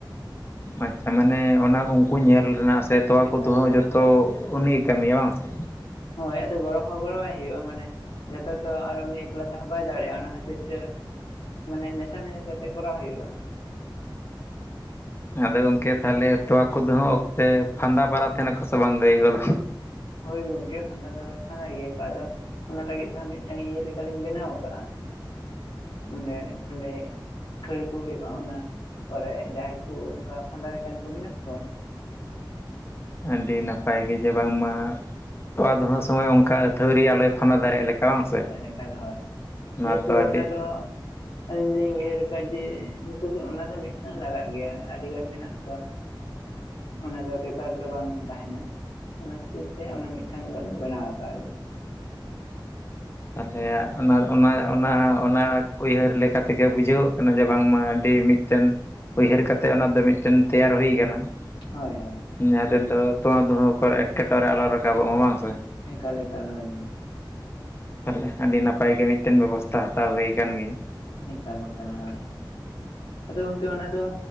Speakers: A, on the left; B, on the left.
A: ᱟᱪᱪᱷᱟ ᱢᱟᱱᱮ ᱚᱱᱟ ᱩᱱᱠᱩ ᱧᱮᱞ ᱨᱮᱱᱟᱜ ᱥᱮ ᱛᱚᱣᱟ
B: ᱮᱠᱟᱞ
A: ᱠᱚ ᱫᱩᱦᱟᱹ
B: ᱮᱠᱟᱞ
A: ᱡᱚᱛᱚ
B: ᱦᱳᱭ
A: ᱩᱱᱤᱜᱮ ᱠᱟᱹᱢᱤᱭᱟ ᱵᱟᱝ ᱥᱮ
B: ᱦᱳᱭ ᱜᱚᱲᱚ ᱜᱚᱲᱦᱚᱟᱭ ᱦᱩᱭᱩᱜᱼᱟ ᱢᱟᱱᱮ ᱡᱷᱚᱛᱚ ᱛᱚ ᱟᱨ ᱩᱱᱤ ᱮᱠᱞᱟ ᱛᱮᱦᱚᱸ ᱵᱟᱭ ᱫᱟᱲᱮᱭᱟᱜᱼᱟ ᱚᱱᱟ ᱠᱷᱟᱹᱛᱤᱨ ᱛᱮ ᱢᱟᱱᱮ ᱢᱮᱥᱟ ᱢᱮ ᱠᱟᱛᱮ ᱠᱚᱨᱟᱣ ᱦᱩᱭᱩᱜᱼᱟ
A: ᱟᱫᱚ ᱜᱚᱝᱠᱮ ᱛᱟᱦᱚᱞᱮ ᱛᱚᱣᱟ ᱫᱩᱦᱟᱹᱣ ᱥᱮ ᱯᱷᱟᱫᱟ ᱵᱟᱲᱟ ᱛᱟᱦᱮᱱᱟᱠᱚ ᱥᱮ ᱵᱟᱝ ᱜᱟᱹᱭ ᱠᱚᱫᱚ?
B: ᱦᱳᱭ ᱜᱚᱢᱠᱮ ᱯᱷᱟᱫᱟ ᱫᱚ ᱯᱷᱟᱫᱟ ᱜᱮᱭᱟ ᱠᱚ ᱟᱫᱚ ᱚᱱᱟ ᱞᱟᱹᱜᱤᱫ ᱛᱮᱦᱚᱸ ᱢᱤᱫᱴᱟᱝ ᱤᱭᱟᱹ ᱞᱮᱠᱟᱞᱤᱧ ᱵᱮᱱᱟᱣ ᱟᱠᱟᱟᱜᱼᱟ ᱢᱟᱱᱮ ᱚᱸᱰᱮ ᱠᱷᱟᱹᱲ ᱠᱚ ᱦᱩᱭᱩᱜᱼᱟ ᱚᱱᱟ ᱯᱚᱨᱮ ᱡᱟᱦᱟᱸᱟᱭ ᱠᱚ ᱚᱱᱠᱟ ᱯᱷᱟᱫᱟ ᱞᱮᱠᱟᱱ ᱠᱚ ᱢᱮᱱᱟᱜ ᱠᱚᱣᱟ
A: ᱟᱹᱰᱤ ᱱᱟᱯᱟᱭ ᱜᱮ ᱡᱮ ᱵᱟᱝᱢᱟ ᱛᱚᱣᱟ ᱫᱚ ᱦᱟᱸᱜ ᱥᱚᱢᱚᱭ ᱚᱱᱠᱟ ᱟᱹᱛᱷᱣᱟᱹᱨᱤ ᱟᱞᱚᱭ ᱯᱷᱟᱸᱫᱟ ᱫᱟᱲᱮᱭᱟᱜ ᱞᱮᱠᱟ ᱵᱟᱝ ᱥᱮ?
B: ᱮᱠᱟᱞ ᱮᱠᱟᱞ ᱦᱳᱭ ᱡᱮᱦᱮᱛᱩ
A: ᱛᱚ ᱟᱹᱰᱤ
B: ᱚᱱᱟ ᱫᱚ ᱟᱹᱞᱤᱧ ᱫᱚ ᱞᱤᱧ ᱩᱭᱦᱟᱹᱨ ᱟᱠᱟᱫᱟ ᱡᱮ ᱱᱩᱠᱩ ᱫᱚ ᱚᱱᱟ ᱫᱚ ᱢᱤᱫᱴᱟᱝ ᱞᱟᱜᱟᱜ ᱜᱮᱭᱟ ᱟᱹᱰᱤ ᱜᱟᱱ ᱢᱮᱱᱟᱜ ᱠᱚᱣᱟ ᱚᱱᱟ ᱫᱚ ᱵᱮᱠᱟᱨ ᱫᱚ ᱵᱟᱝ ᱛᱟᱦᱮᱱᱟ ᱾ ᱚᱱᱟ ᱠᱷᱟᱹᱛᱤᱨ ᱛᱮ ᱚᱱᱟ ᱢᱤᱫᱴᱟᱝ ᱫᱚ ᱵᱮᱱᱟᱣ ᱟᱠᱟᱫᱟ ᱞᱤᱧ
A: ᱛᱟᱦᱚᱞᱮ ᱚᱱᱟ ᱚᱱᱟ ᱚᱱᱟ ᱚᱱᱟ ᱩᱭᱦᱟᱹᱨ ᱞᱮᱠᱟ ᱞᱮᱠᱟᱛᱮᱜᱮ ᱵᱩᱡᱷᱟᱹᱣ ᱠᱟᱱᱟ ᱡᱮ ᱵᱟᱝᱢᱟ ᱟᱹᱰᱤ ᱢᱤᱫ ᱢᱤᱫᱴᱮᱱ ᱩᱭᱦᱟᱹᱨ ᱠᱟᱛᱮᱫ ᱚᱱᱟ ᱫᱚ ᱢᱤᱫᱴᱮᱱ ᱛᱮᱭᱟᱨ ᱦᱩᱭ ᱟᱠᱟᱱᱟ ᱾
B: ᱦᱳᱭ ᱦᱳᱭ
A: ᱡᱟᱦᱟᱸ ᱛᱮᱫᱚ ᱛᱳᱣᱟ ᱫᱩᱦᱟᱹ ᱠᱚᱨᱮ ᱮᱴᱠᱮᱴᱚᱬᱮ ᱟᱞᱚ ᱨᱟᱠᱟᱵᱚᱜ ᱢᱟ ᱵᱟᱝ ᱥᱮ
B: ᱮᱠᱟᱞ ᱮᱠᱟᱞ ᱦᱚ ᱦᱳᱭ ᱚᱱᱠᱟ ᱜᱮ
A: ᱛᱟᱦᱚᱞᱮ ᱟᱹᱰᱤ ᱱᱟᱯᱟᱭ ᱜᱮ ᱢᱤᱫᱴᱮᱱ ᱵᱮᱵᱚᱥᱛᱟ ᱦᱟᱛᱟᱣ ᱦᱩᱭ ᱟᱠᱟᱱ ᱜᱮᱭᱟ ᱾
B: ᱮᱠᱟᱞ ᱮᱠᱟᱞ ᱦᱳᱭ ᱟᱫᱚ ᱜᱚᱢᱠᱮ ᱚᱱᱟ ᱫᱚ